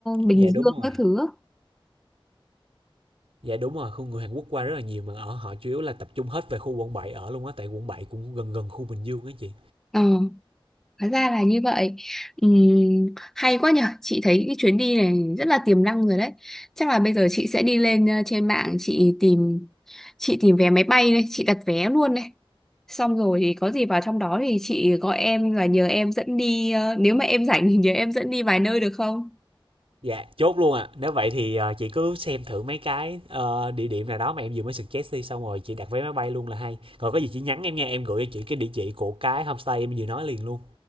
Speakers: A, in the centre; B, on the right.
A: Bình
B: dạ
A: Dương
B: đúng rồi.
A: các thứ.
B: Dạ đúng rồi, khu người Hàn Quốc qua rất là nhiều mà ở họ chủ yếu là tập trung hết về khu quận 7 ở luôn á tại quận 7 cũng gần gần khu Bình Dương á chị.
A: Ờ. Hóa ra là như vậy. Ừm, hay quá nhở. Chị thấy cái chuyến đi này rất là tiềm năng rồi đấy. Chắc là bây giờ chị sẽ đi lên ờ, trên mạng chị tìm chị tìm vé máy bay đây, chị đặt vé luôn đây. Xong rồi thì có gì vào trong đó thì chị gọi em và nhờ em dẫn đi ờ, nếu mà em rảnh thì nhờ em dẫn đi vài nơi được không?
B: Dạ, chốt luôn À. Nếu vậy thì ờ, chị cứ xem thử mấy cái ờ, địa điểm nào đó mà em vừa mới suggest đi xong rồi chị đặt vé máy bay luôn là hay. Còn có gì chị nhắn em nha, em gửi cho chị cái địa chỉ của cái homestay em vừa nói liền luôn.